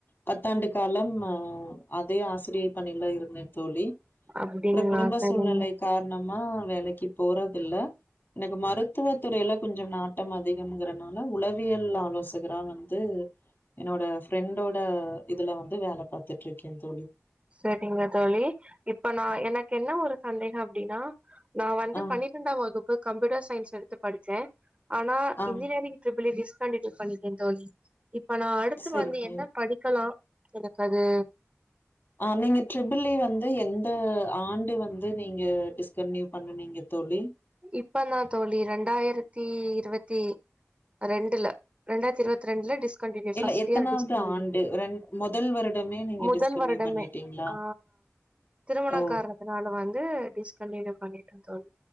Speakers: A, on the left (about 50°); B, on the right (about 25°).
A: பத்தாண்டு காலம் ஆ அதே ஆசிரிய பணில இருந்தே தோழி
B: அப்டிங்களா
A: அப்ற குடும்ப
B: சரிங்க
A: சூழ்நிலை காரணமா வேலைக் கி போறதில்ல எனக்கு மருத்துவ துறைல கொஞ்சம் நாட்டம் அதிகங்கிறனால உளவியல் ஆலோசகரா வந்து என்னோட ஃப்ரெண்டோட இதுல வந்து வேல பாத்துட்ருக்கேன் தோழி
B: சரிங்க தோழி இப்ப நா எனக்கென்ன ஒரு சந்தேக அப்டினா நா வந்து
A: ஆ
B: பனிரெண்டாம் வகுப்பு இப்ப கம்ப்யுட்டர் சயின்ஸ் எடுத்து படிச்சேன் அஆனா
A: ஆ
B: இன்ஜினியரிங் ட்ரிபிள்இ டிஸ் கண்டினியூ பண்ணிட்டேன் தோழி இப்ப நா அடுத்து
A: சரிங்க
B: வந்து என்ன படிக்கலாம் எனக் அது
A: இப்ப நீங்க ட்ரிபிள் இ வந்து எந்த ஆண்டு வந்து நீங்க டிஸ்கண்ட்னியூ பண்ணுனீங்க தோழி
B: இப்பதா தோழி ரெண்டாயிரத்தி இருவத்தி ரெண்டுல ரெண்டாயிரத்தி இருவத்தி ரெண்டுல டிஷ் கண்டினியூ ஃபஸ்ட்
A: இல்ல எத்தனாவது
B: இயர் டிஷ்கண்டினியூ
A: ஆண்டு ரெண் மொதல் வருடமே நீங்க
B: முதல்
A: டிஸ்கன்டினியூ
B: வருடமே
A: பண்ணிட்டீங்களா
B: ஆ திருமண
A: ஓ
B: காரணத்துனால வந்து டிஸ்கண்டினியூ பண்ணிட்ட தோழி